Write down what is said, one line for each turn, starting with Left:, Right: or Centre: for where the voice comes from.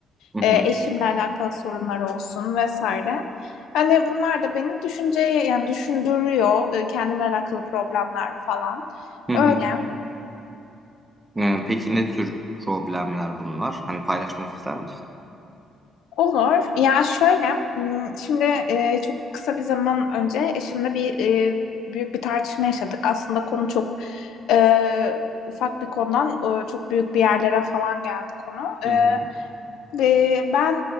Right: Hı hı.
Left: e, eşimle alakalı sorunlar olsun vesaire. Hani bunlar da beni düşünceye yani düşündürüyor, e, kendimle alakalı problemler falan.
Right: Hı hı.
Left: Öyle.
Right: Hıı, peki ne tür problemler bunlar? Hani, paylaşmak ister misin?
Left: Olur. Ya şöyle, m, şimdi e, çok kısa bir zaman önce eşimle bir e, büyük bir tartışma yaşadık. Aslında konu çok e, ufak bir konudan e, çok büyük bir yerlere falan geldi konu.
Right: Hı hı.
Left: E, ve ben